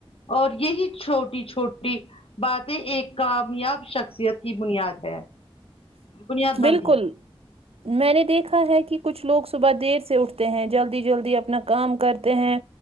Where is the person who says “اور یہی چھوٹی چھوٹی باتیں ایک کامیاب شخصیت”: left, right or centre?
Left